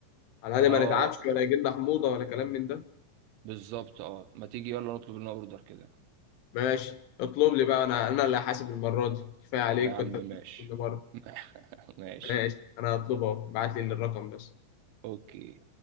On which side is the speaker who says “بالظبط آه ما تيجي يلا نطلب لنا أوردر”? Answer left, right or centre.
Right